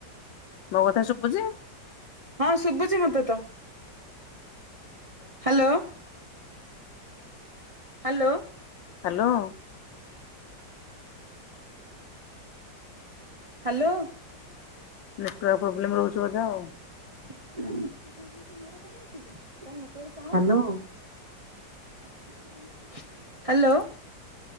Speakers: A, on the left; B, on the right.
A: ମୋ କଥା ଶୁଭୁଛି।
B: ହଁ, ଶୁଭୁଛି ମୋତେ ତ। Hello hello
A: hello
B: hello
A: network problem ରହୁଛି ବୋଧେ ଆଉ।
B: ତାଙ୍କ କଥା ମୋତେ ଶୁଭୁଛି ମୋ କଥା କାଇଁ ଶୁଭୁନି ତାହେଲେ ନେଟୱର୍କ କାହାର ପ୍ରବଲେମ୍ ହ୍ୟାଲୋ ହ୍ୟାଲୋ